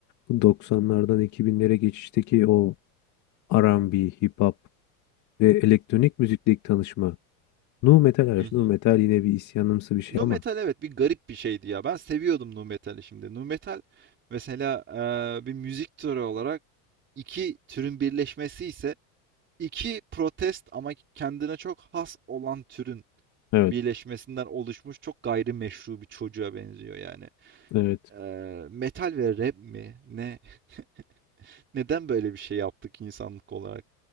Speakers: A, on the left; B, on the right.
A: Bu 90'lardan 2000'lere geçişteki o R&B, hip hop ve elektronik müzikteki tanışma. Nu metal hariç.
B: Hı hı.
A: Nu metal yine bir isyanımsı bir şey
B: Nu
A: ama.
B: Metal evet bir garip bir şeydi ya. Ben seviyordum Nu Metal'i şimdi. Nu Metal mesela e, bir müzik türü olarak iki türün birleşmesi ise iki protest ama kendine çok has olan türün
A: Evet.
B: birleşmesinden oluşmuş çok gayrimeşru bir çocuğa benziyor yani.
A: Evet.
B: Ee, metal ve rap mi? Ne? <laughs> Neden böyle bir şey yaptık insanlık olarak?